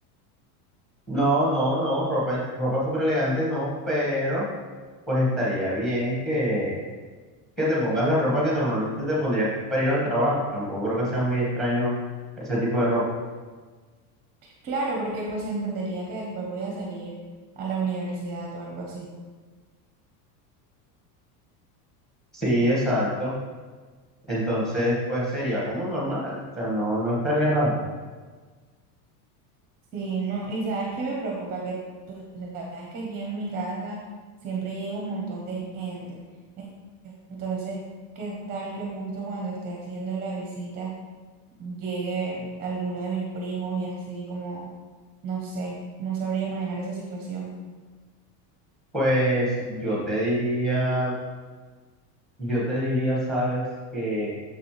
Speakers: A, in the centre; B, on the right (about 20°).
A: No, no, no, ropa, ropa súper elegante no, pero pues estaría bien que, que te pongas la ropa que normalmente te pondrías para ir al trabajo. Tampoco creo que sea muy extraño ese tipo de ropa.
B: Claro, porque pues entendería que después voy a salir a la universidad o algo así.
A: Sí, exacto. Entonces, pues sería como normal, o sea, no, no estaría raro.
B: Sí, no, y sabes que me preocupa que tú sabes que aquí en mi casa siempre llega un montón de gente. En- Entonces, ¿qué tal que justo cuando esté haciendo la visita llegue alguno de mis primos y así como, no sé, no sabría manejar esa situación?
A: Pues yo te diría, yo te diría, sabes, que